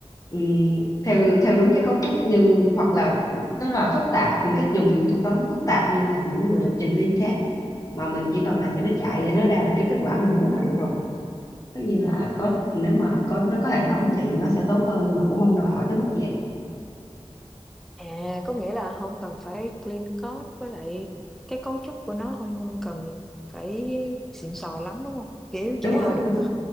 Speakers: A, on the left; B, in the centre.
A: ừm, theo theo đúng cái cấu trúc như hoặc là tức là phức tạp những cái dùng những thuật toán phức tạp như là những người lập trình viên khác mà mình chỉ cần làm cho nó chạy để nó ra được cái kết quả mình muốn là được rồi tất nhiên là code nếu mà code nó có hệ thống thì nó sẽ tốt hơn nhưng mà cũng không đòi hỏi tới mức vậy
B: à có nghĩa là không cần phải clean code với lại cái cấu trúc của nó không không cần phải xịn sò lắm đúng không kiểu
A: đúng
B: chạy
A: rồi
B: là được
A: đúng rồi